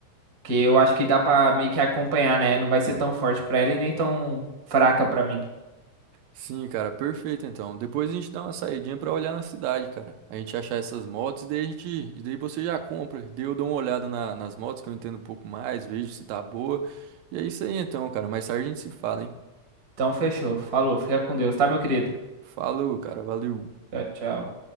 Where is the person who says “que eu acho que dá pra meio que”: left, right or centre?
Right